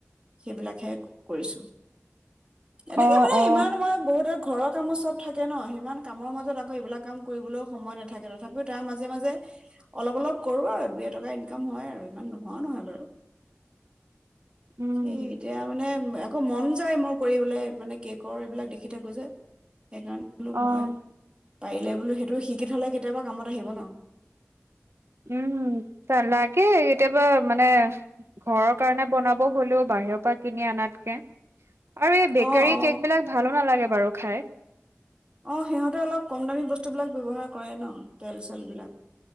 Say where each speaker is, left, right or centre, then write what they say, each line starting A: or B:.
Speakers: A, on the right; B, on the right.
A: সেইবিলাকহে কৰিছোঁ এনেকে
B: অ
A: মানে
B: অ
A: ইমান মই বহুতত ঘৰৰ কামো চব থাকে ন সিমান কামৰ মাজত আকৌ এইবিলাক কাম কৰিবলৈও সময় নাথাকে তথাপিও তাৰ মাজে মাজে অলপ অলপ কৰো আৰু দুই এটকা ইনকাম হয় আৰু ইমান নোহোৱাও নহয় বাৰু
B: উম
A: সেই এতিয়া মানে আকৌ মন যায় মোৰ কৰিবলৈ মানে কেকৰ এইবিলাক দেখি থাকো যে সেইকাৰণে বোলো
B: অ'
A: মই পাৰিলে বোলো সেইটো শিকি থ'লে কেতিয়াবা কামত আহিব ন
B: উম লাগে কেতিয়াবা মানে ঘৰৰ কাৰণে বনাব হলেও বাহিৰৰ পৰা কিনি আনাত কে আৰু এই বেকাৰী
A: অ অ
B: কেক বিলাক ভালো নালাগে বাৰু খাই
A: অ সিহঁতে অলপ কম দামী বস্তু বিলাক ব্যৱহাৰ কৰে ন তেল চেল বিলাক